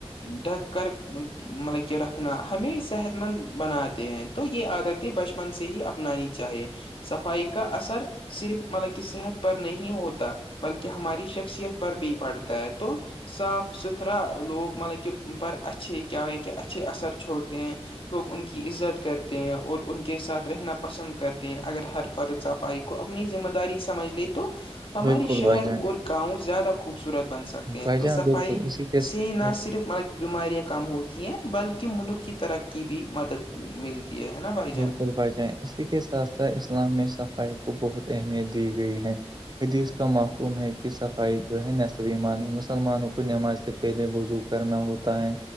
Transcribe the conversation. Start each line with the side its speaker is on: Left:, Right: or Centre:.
Left: ڈھک کر مطلب کہ رکھنا ہمیں صحت مند بناتے ہیں تو یہ عادت بچپن سے ہی اپنانی چاہیے سفر صفائی کا اثر صرف مطلب کہ صحت پر نہیں ہوتا بلکہ ہماری شخصیت پر بھی پڑتا ہے تو صاف ستھرا لوگ مطلب کہ پر اچھھی کیا کہ اچھھی اثر چھوٹ دیں ہیں لوگ ان کی عزت کرتے ہیں اور ان کے ساتھ رہنا پسند کرتے ہیں اگر ہر فرت صفائی کو اپنی ذمہ داری سمجھ لے تو ہماراری
Right: بالکل
Left: شہر
Right: بھائی جان
Left: اور گاؤں زیادہ خوبصورت بن سکتے ہیں
Right: بھائی
Left: تو
Right: جان
Left: صفائی
Right: بالکل اسی کے
Left: اس نہ
Right: بالکل
Left: صرف مطب بیماریاں کم ہوتی ہیں بلکہ ملک کی ترقی بھی مدد ملتی ہے نا بھائی جان
Right: بالکل بڑھ جائیں اسی کے ساتھ ساتھ اسلام میں صفائی کو بہت اہمیت دی گئی ہے حدیس کا معفوم ہے کہ صفائی جو ہے نصبی مان مسلمانوں کو نماز سے پہلے بزوگ کرنا ہوتا ہے